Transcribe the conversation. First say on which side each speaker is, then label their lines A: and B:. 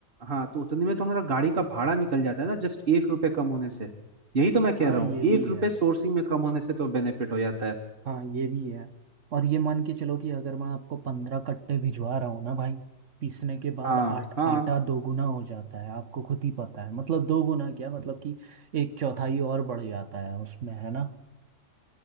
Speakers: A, on the right; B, on the right.
A: हाँ तो उतने में तो हमारा गाड़ी का भाड़ा निकल जाता है ना जस्ट एक रुपए कम होने से यही तो मैं कह
B: हाँ
A: रहा हूँ
B: ये
A: एक
B: भी है
A: रुपए सोर्सिंग में कम होने से तो बेनिफिट हो जाता है
B: हाँ ये भी है और ये मान के चलो कि अगर मैं आपको पंद्रह कट्टे भिजवा रहा हूँ ना भाई पीसने के बाद
A: हाँ
B: आट
A: हाँ
B: आटा दोगुना हो जाता है आपको खुद ही पता है मतलब दोगुना क्या मतलब कि एक चौथाई और बढ़ जाता है उसमें है ना